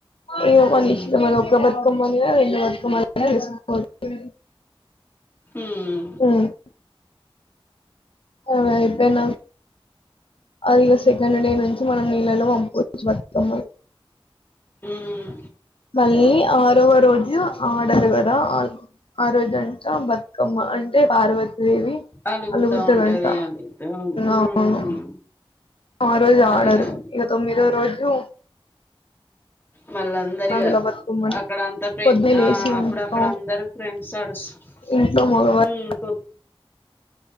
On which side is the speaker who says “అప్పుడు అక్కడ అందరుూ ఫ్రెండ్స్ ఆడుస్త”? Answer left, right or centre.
Left